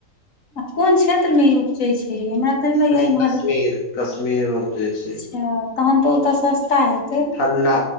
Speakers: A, on the left (about 75°); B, on the left (about 80°).
A: आ कोन क्षेत्रमे ई उपजै छै, हमरा तऽ नहि लगैये
B: कश्मीर
A: इम्हर
B: कश्मीर मे बुझै छियै।
A: अ तहन तऽ ओतऽ सस्ता हेतै
B: ठंडा